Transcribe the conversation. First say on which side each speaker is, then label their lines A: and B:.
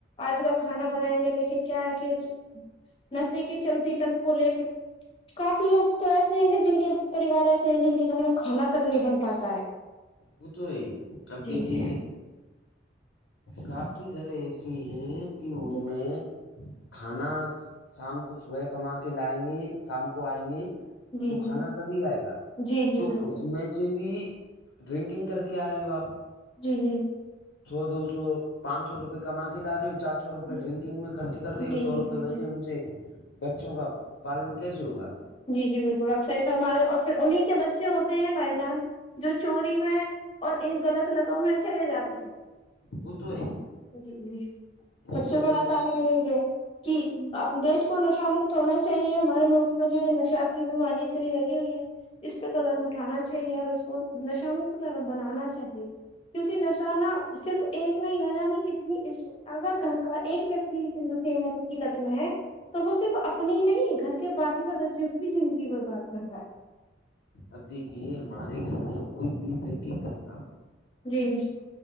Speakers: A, on the left; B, on the left.
A: آج کا کھانا بنائیں گے لیکن کیا ہے کہ نشے کی چلتی لت کو لے کے کافی لوگ تو ایسے ہیں گے جن کے پریوار ایسے ہیں جن کے گھر میں کھانا اگنی پن پاتتاا ہے
B: وہ تو ہے اب
A: جی
B: دیکھیے
A: جی
B: کافی گھر ایسی ہیں کہ ان
A: جی
B: میں کھانا شام کو صبح کما کے لائیں گی شام کو آئیں گی
A: جی
B: تو
A: جی
B: کھانا تبھی آئے گا
A: جی جی
B: تو
A: بالکل
B: اس میں سے بھی ڈرنکنگ کر کے آ رہی ہو آپ
A: جی جی جی
B: سو دو سو پانچ سو روپئے کما کے لا رہی ہ چار سو سو روپئے
A: جی
B: ڈرنکنگ میں خرچ کر رہی
A: جی
B: ہے سو روپئے بچے
A: جی
B: ان سے بچوں کا پالن کیسے ہوگا
A: جی جی بالکل آپ صحیح فرما رہے ہیں اور پھر انیں کے بچے ہوتے ہیں بائی جان جو چوری میں اور ان غلط لتوں میں چلے جاتے ہیں
B: وہ تو ہے
A: جی جی
B: اس
A: سب سے
B: ہمیں
A: بڑا کار ہے کہ دیش کو نشامکت ہونا چاہیے ہمارے ملک میں نشا کی بیماری اتنی لگی ہوئی ہے اس پہ قدم اٹھانا چاہیے اور اس کو نشہ مکت قم بنانا چاہیے کیونکہ نشانہ صرف ایک نہیں نہ جانی کتنی اس اگر گھر کا ایک ویکتی سم کی لت میں ہے تو وہ صرف اپنی نہیں گھر کے باقی سدسوں کی بھی زندگی برباد کر رہا ہے
B: اب دیکھیے ہمارے گھر میں کوئی بھی ڈرنکنگ کرتا ہو
A: جی جی <unintelligible>